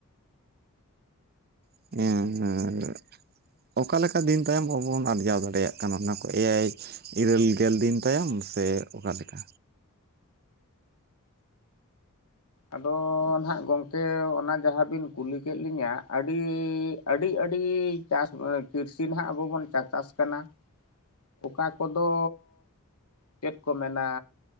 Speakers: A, on the right (about 45°); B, on the left (about 85°).
A: <unintelligible> ᱚᱠᱟ ᱞᱮᱠᱟ ᱫᱤᱱ ᱛᱟᱭᱚᱢ ᱟᱵᱚᱵᱚᱱ ᱟᱨᱡᱟᱣ ᱫᱟᱲᱮᱭᱟᱜ ᱠᱟᱱᱟ ᱚᱱᱟ ᱠᱚ ᱮᱭᱟᱭ ᱤᱨᱟᱹᱞ ᱜᱮᱞ ᱫᱤᱱ ᱛᱟᱭᱚᱢ ᱥᱮ ᱚᱠᱟ ᱞᱮᱠᱟ?
B: ᱟᱫᱚ ᱱᱟᱦᱟᱜ ᱜᱚᱝᱠᱮ ᱚᱱᱟ ᱡᱟᱦᱟᱸᱵᱤᱱ ᱠᱩᱞᱤ ᱠᱮᱫ ᱞᱤᱧᱟᱹ ᱟᱹᱰᱤ, ᱟᱹᱰᱤ ᱟᱹᱰᱤ ᱪᱟᱥ ᱠᱤᱨᱥᱤᱱ ᱱᱟᱜ ᱟᱵᱚ ᱵᱚᱱ ᱪᱟᱪᱟᱥ ᱠᱟᱱᱟ ᱚᱠᱟ ᱠᱚᱫᱚ ᱪᱮᱫ ᱠᱚ ᱢᱮᱱᱟ